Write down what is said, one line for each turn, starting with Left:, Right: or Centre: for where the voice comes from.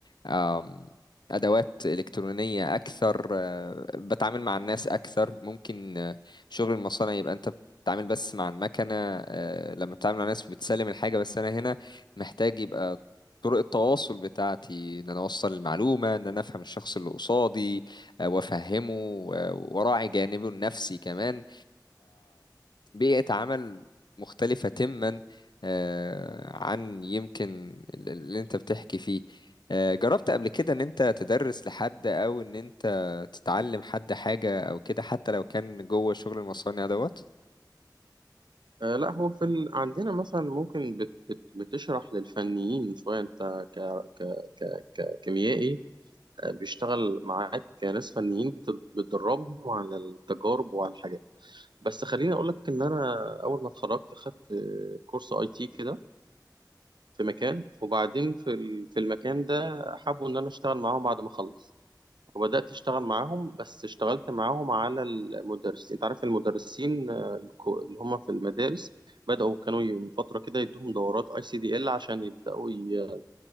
Left: آم، أدوات إلكترونية أكثر آه، بتعامل مع الناس أكثر ممكن آه، شغل المصانع يبقى أنت بتتعامل بس مع المكنة آه، لما بتتعامل مع الناس بتسلم الحاجة بس أنا هنا محتاج يبقى طرق التواصل بتاعتي إن أنا أوصل المعلومة إن أنا أفهم الشخص اللي قصادي آه، وأفهمه و- وأراعي جانبه النفسي كمان بيئة عمل مختلفة تماما آه، عن يمكن ال- اللي انت بتحكي فيه آه، جربت قبل كده ان انت تدرس لحد او ان انت تتعلم حد حاجة او كده حتى لو كان جوه شغل المصانع دوت
Right: آه لا هو في ال... عندنا مثلا ممكن بت... بت... بتشرح للفنيين شويه انت ك... ك... ك... ككيميائي آه بيشتغل معاك ناس فنيين بت... بتدربهم على التجارب وعلى الحاجات بس خليني اقول لك ان انا اول ما اتخرجت خدت آه، كورس اي تي كده في مكان وبعدين في ال- في المكان ده حابوا ان انا اشتغل معاهم بعد ما اخلص وبدات اشتغل معاهم بس اشتغلت معاهم على المدرسين انت عارف المدرسين آه، الكو- اللي هم في المدارس بداوا كانوا ي- من فتره كده يدوهم دورات اي سي دي ال عشان يبداوا ي-